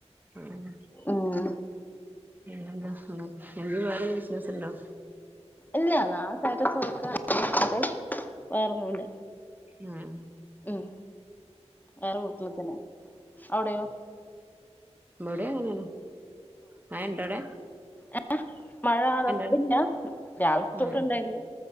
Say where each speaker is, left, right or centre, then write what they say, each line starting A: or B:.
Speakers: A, on the right; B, on the left.
A: ഉം
B: ഉം
A: പിന്നെന്താ വേറെ ബിസിനസുണ്ടോ?
B: ഇല്ല <unintelligible> വേറൊന്നുല്ല
A: ഉം
B: ഉം.. വേറെ വീട്ടിൽതന്നെയാഅവിടയോ
A: ഇവിടെയെങ്ങനെ മയയുണ്ടൊവിടെ
B: ഏഹ് മഴ അതിപ്പമില്ല
A: അവിടെ
B: രാവിലെതൊട്ടുണ്ടായിരുന്നു
A: ആഹ്